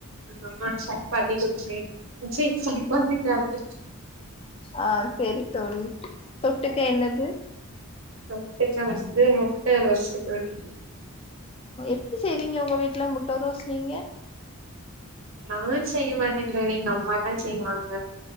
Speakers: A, on the right (about 60°); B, on the left (about 25°).
A: எங்க அம்மா சப்பாத்தி குடிச்சே ச்சி சப்பாத்தி சாப்டே
B: ஆ செரி தோழி தொட்டுக்க என்னது
A: தொட்டுக வந்து முட்ட ரோஸ்ட் தோழி
B: எப்டி செய்வீங்க உங்க வீட்ல முட்ட ரோஸ் நீங்க
A: நா செய்ய மாட்டே தோழி எங்க அம்மா தா செய்வாங்க